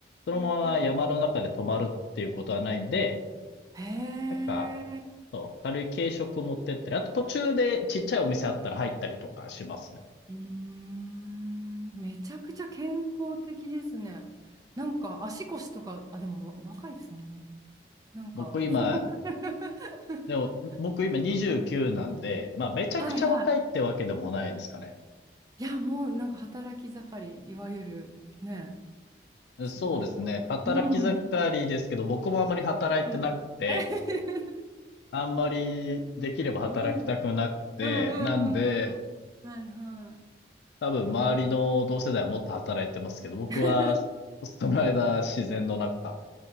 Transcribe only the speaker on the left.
そのまま山の中で泊まるっていうことはないんで、
なんか、そう、軽い軽食持ってったり、あと途中でちっちゃいお店あったら入ったりとかしますね。
僕今、
でも、僕今29なんで、まあめちゃくちゃ若いってわけでもないですかね。
そうですね。
働き盛りですけど、
僕もあんまり働いてなくて、
あんまりできれば働きたくなくて、
なんで、
多分周りの同世代はもっと働いてますけど、
僕はその間自然の中